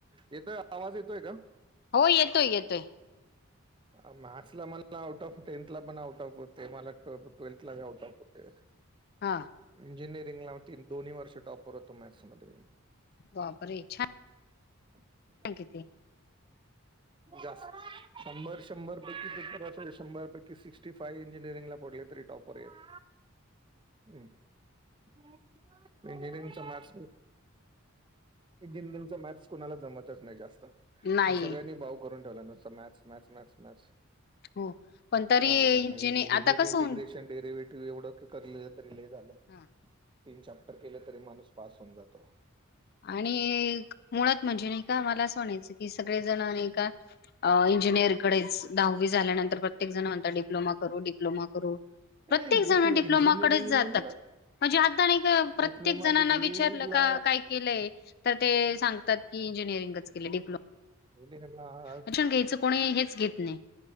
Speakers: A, on the right (about 20°); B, on the left (about 45°).
A: येतोय आवाज येतोय का?
B: हो येतोय येतोय
A: ह मॅथ्स ला मला आउट ऑफ टें्थला पण आउट ऑफ होते मला ट्वेल्थला आउट ऑफ होते
B: हा
A: इंजिनिअरिंग ला होती दोन्ही वर्ष टॉपवर होत मॅ्थ्स मध्ये मी
B: बाबरेच छान
A: <inaudible>
B: किती
A: जास् शंभर शंभर पैकी पेपर अस शंभर पैकी सिक्स्टी फायव्ह इंजिनिअरिंगला पडले होते टॉपर रेत इंजिनियरिंगच्या मॅथस इंजिनिअरिंगचा मॅथस कोुणाला जमतच नाही जास्त आणि
B: नाही
A: सगळ्यांनी भाऊ करून ठेवला नुसत मॅथ्स मॅथ्स मॅथ्स
B: हो. पण तरी
A: काय अवघड
B: इंजिनि
A: नाही लिमिट
B: आता कसं
A: इंटिग्रेशन
B: होऊन
A: डेरेवेटिव्ह एवढं करलं तरी ल झालं
B: हा
A: तीन चॅप्टर केले तरी माणूस पास होऊन जातो.
B: आणि मुळात म्हणजे, नाही का मला असं म्हणायचं? ही सगळे जण आणि का इंजिनिअर कडेच दहावी झाल्यानंतर प्रत्येक जण म्हणता डिप्लोमा डिप्लोमा डिप्लोमा करू प्रत्येक,
A: ए,
B: जण
A: डिप्लो
B: डप्लोमा
A: इंजिनिअरिंग
B: कडेच जातात. म्हणजे, आता ना का प्रत्येक
A: डिप्लोमा
B: जणांना
A: डिग्रीला
B: विचारलं का काय केलंय तर ते सांगतात की, इंजिनिअरिंगच केलयं डिप्लोमा
A: <unintelligible>
B: शिक्षण घ्यायचं कोणी हेच घेत नाही.